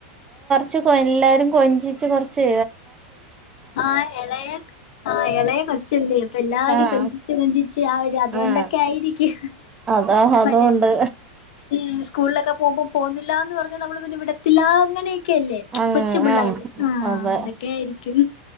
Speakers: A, on the right (about 15°); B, on the left (about 65°).
A: ച്ച് പ്പെല്ലാരും കൊഞ്ചിച്ച് കൊർച്ചേ
B: ആഹ് എളയെ ആഹ് എളയെ കൊച്ചല്ലേ പ്പ എല്ലാരിം
A: ആഹ്
B: കൊഞ്ചി ച്ച് കൊഞ്ചിച്ച് ആ ഒരു അതുകൊണ്ടൊക്കെ
A: ആഹ്
B: ആയിരിക്കു
A: അതാ അതുകൊണ്ട്
B: മറ്റേ ഉം സ്കൂളിലൊക്കെ പോമ്പോ പോന്നില്ലാന്ന് പറഞ്ഞ് നമ്മള് പിന്നെ വിടത്തില്ലാ അങ്ങനെ ക്കെല്ലേ
A: ആഹ്
B: കൊച്ചു പിള്ളാര്
A: ആഹ്
B: ആ
A: അതെ
B: അതൊക്കെ ആയിരിക്കും